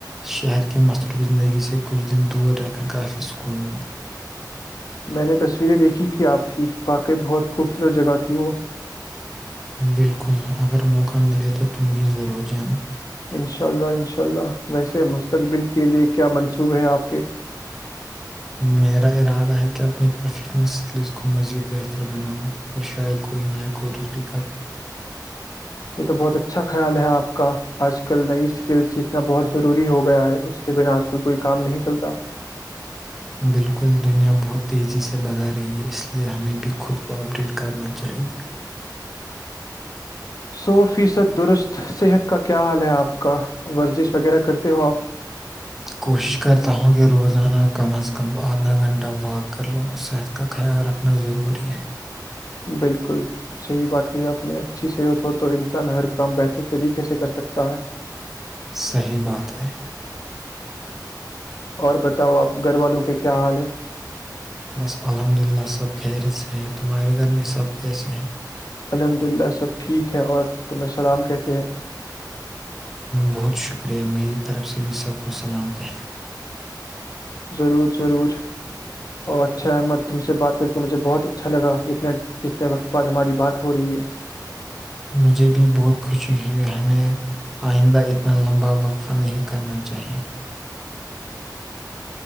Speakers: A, in the centre; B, on the left (about 55°).
A: شہر کی مصروف زندگی سے کچھ دن دور رہ کر کافی سکون ملا <unintelligible>
B: میں نے تصویریں دیکھی تھی آپ کی واقعی بہت خوبصورت جگہ تھی وہ
A: بالکل اگر موق <unintelligible> ملے تو تم بھی ضرور جانا <unintelligible>
B: انشاء اللہ انشاء اللہ ویسے مستقبل کے لیئے کیا منصوب ہے آپ کے <unintelligible>
A: میرا ارادہ ہے کہ اپنی پروفیشنل اسکلز کو مزید بہتر بناؤ اور شاید کوئی نیا کورس بھی کرو
B: یہ تو بہت اچھا خیال ہے آپ کا آج کل نئی اسکل سیکھنا بہت ضروری ہو گیا ہے اس کے بنا آج کل کوئی کام نہیں چلتا
A: بالکل دنیا بہت تیزی سے بدل رہی ہے اس لیے ہمیں بھی خود کو اپ ڈیٹ کرنا چاہیئے
B: سو فیصد درست صحت کا کیا حال ہے آپ کا ورزش وغیرہ کرتے ہو آپ
A: کوشش کرتا ہوں کہ روزانہ کم از کم آدھا گھنٹہ واک کر لوں صحت کا خیال رکھنا ضروری ہے
B: بالکل صحیح بات کہیے اپنی اچھی صحت ہو تو انسان ہر کام بہتر طریقے سے کرسکتا ہے
A: صحیح بات ہے
B: اور بتاؤ آپ گھر والوں کے کیا حال ہے
A: بس الحمد للہ سب خیر سےے ہیں تمہارے گھر میں سب کیسے ہیں
B: الحمد للہ سب ٹھیک ہے اور تمیں سلام کہتے ہیں
A: بہت شکریہ میری طرف سے بھی سب کو سلام کہ
B: ضرور ضرور اور اچھا احمد تم سے بات کر کے مجھے بہت اچھا لگا اتنے اتنے وقت بعد ہماری بات ہو رہی ہے <unintelligible>
A: مجھے بھی بہت خوشی ہوئی ہمیں آئندہ اتنا لمبا وقفہ نہیں کرنا چاہئے